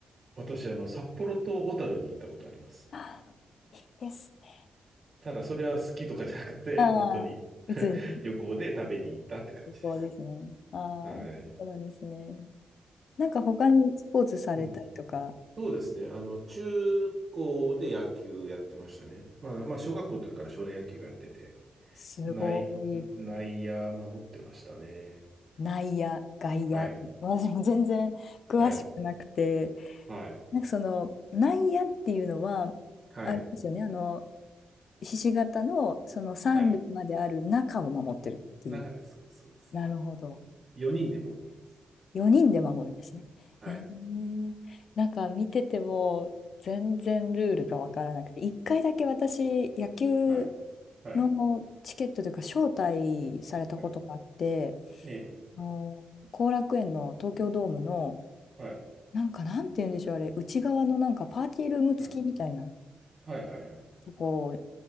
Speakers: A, on the right (about 45°); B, on the left (about 65°).
A: 私、あの、札幌と小樽に行ったことあります。
B: あいいですね。
A: ただ、それは好きとかじゃなくて、
B: う
A: 本当に
B: ん。
A: <laughs>
B: うつに
A: 旅行で食べに行ったって感じです。
B: 旅行ですね。ああ、そうなんですね。
A: はい。
B: なんか他にスポーツされたりとか、
A: うん。そうですね。あの、中高で野球やってましたね。まあ、まあ、小学校の時から少年野球やってて、
B: すごい、
A: 内、内野守ってましたね。
B: 内野、外野、
A: はい。
B: 私も全然詳しくなくて、
A: はい。はい。
B: なんかその内野っていうのは、
A: はい。
B: あれですよね、あの、ひし形のその三塁まである中を守ってるっていう。
A: はい。なんかね、そうです、そうです、そうです。
B: なるほど。
A: 4人で守ります。
B: 4人で守るんですね。
A: はい。
B: えー、なんか見てても全然ルールがわからなくて、1回だけ私、野球
A: はい。はい。
B: のチケットというか、招待されたことがあって、
A: はい。ええ。
B: あの後楽園の東京ドームの、
A: はい。
B: なんかなんて言うんでしょう、あれ、内側のなんかパーティールーム付きみたいな
A: はい。はい。はい。はい。
B: とこ